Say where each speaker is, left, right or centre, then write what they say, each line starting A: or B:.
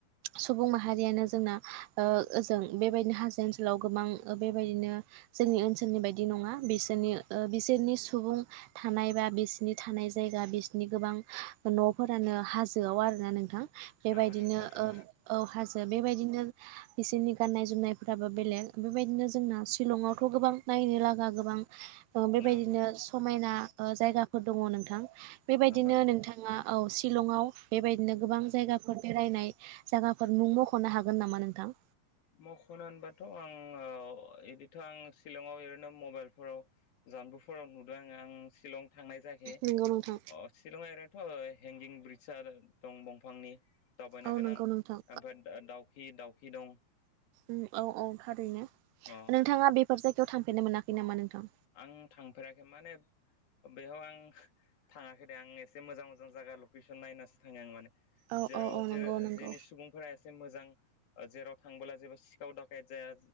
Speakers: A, on the right (about 85°); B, on the left (about 65°).
A: सुबुं माहारियानो जोंना ओ ओजों बेबायदिनो हाजो ओनसोलाव गोबां ओ बेबायदिनो जोंनि ओनसोलनि बायदि नंङा बिसोरनि ओ बिसोरनि सुबुं थानाय बा बिसिनि थानाय जायगा बिसिनि गोबां न'फोरानो हाजोआव आरोना नोंथां। बेबायदिनो
B: औ नंगौ
A: ओ
B: नोंथां
A: औ हाजो बेबायदिनो बिसोरनि गाननाय जोमनायफोराबो बेलेग बेबायदिनो जोंना सिशलंआवथ' गोबां नायनो लागा गोबां ओ बेबायदिनो
B: औ
A: समायना ओ जायगाफोर दंङ' नोंथां बेबायदिनो
B: नंगौ नंगौ
A: नोंथांङा औ शिलंआव बेबायदिनो गोबां जायगाफोर बेरायनाय जायगाफोर नों मख'नो हागोन नामा नोंथां?
B: मख'नो होनबाथ' आं ओ इदिथ' आं शिलंआव ओरैनो मबाइलफोराव जानबुफोराव नुदों आंङो आं शिलं थांनाय जायाखै
A: नंगौ नोंथां।
B: अ शिलं एरैथ' हेंगिं ब्रिडसआ दं दंफांनि दावबायनो
A: औ
B: गोनां
A: नंगौ नोंथां
B: ओमफ्राय दाउखि दाउ खि दं।
A: उम औ औ थारैनो
B: अ
A: नोंथांङा बेफोर जायगायाव थांफेरनो मोनाखै नामा नोंथां?
B: आं थांफेराखै माने बेयाव आं थाङाखै दे आं एसे मोजां मोजां जागा लकेसन नायनासो थाङो आं माने।
A: औ
B: जेराव
A: औ औ
B: जे
A: नंगौ नंगौ।
B: जेनि सुबुंफोरा ए मोजां जेराव थांबोला जेबो सिखाव दाखेत जाया